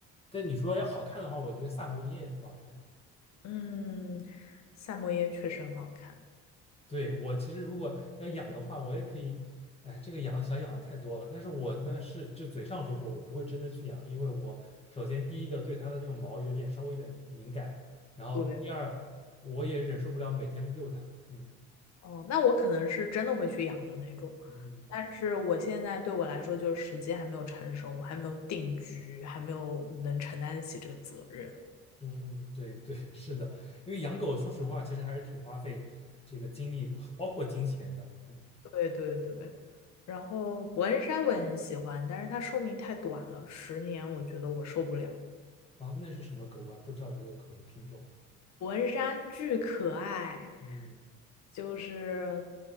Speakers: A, on the left; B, on the left.
A: 但你说要好看的话，我觉得萨摩耶也很好看。
B: 嗯，萨摩耶确实很好看，
A: 对，我其实如果要养的话，我也可以，哎，这个养想养的太多了。但是我呢是就嘴上说说，我不会真的去养，因为我首先第一个对它的这个毛有点稍微有点敏感，然后第二我也忍受不了每天遛它。
B: 对，
A: 嗯
B: 哦，那我可能是真的会去养的那种，
A: 嗯嗯
B: 但是我现在对我来说就是时机还没有成熟，我还没有定居，还没有能承担得起这个责任。
A: 嗯嗯，对对，是的，因为养狗说实话其实还是挺花费这个精力，包括金钱的。嗯，
B: 对对对，然后伯恩山我也很喜欢，但是它寿命太短了，十年我觉得我受不了。
A: 啊，那是什么狗我还不知道这个狗的品种。
B: 伯恩山巨可爱，
A: 嗯
B: 就是